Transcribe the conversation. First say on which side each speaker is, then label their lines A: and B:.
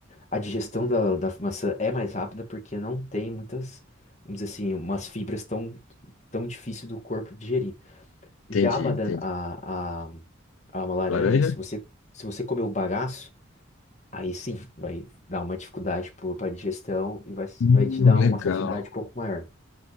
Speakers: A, on the left; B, on the left.
A: a digestão da, da maçã é mais rápida porque não tem muitas, vamos dizer assim, umas fibras tão, tão difícil do corpo digerir.
B: entendi,
A: Já a, badan-
B: entendi.
A: a, a, a uma laranja,
B: Laranja?
A: se você, se você comer o bagaço, aí sim, vai dar uma dificuldade para a digestão e vai,
B: Hum,
A: vai te dar
B: legal.
A: uma saciedade um pouco maior.